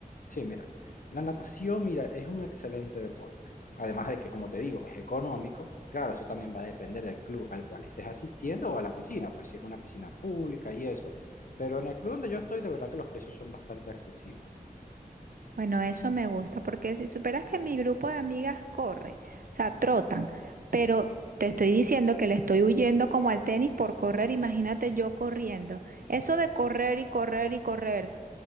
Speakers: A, on the left (about 65°); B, on the right (about 70°).
A: Sí, mira, la natación, mira, es un excelente deporte. Además de que, como te digo, es económico. Claro, eso también va a depender del club al cual estés asistiendo o a la piscina, pues si es una piscina pública y eso. Pero en el club donde yo estoy, de verdad que los precios son bastante accesibles.
B: Bueno, eso me gusta porque si superas que mi grupo de amigas corre, o sea, trotan, pero te estoy diciendo que le estoy huyendo como al tenis por correr, imagínate yo corriendo. Eso de correr y correr y correr.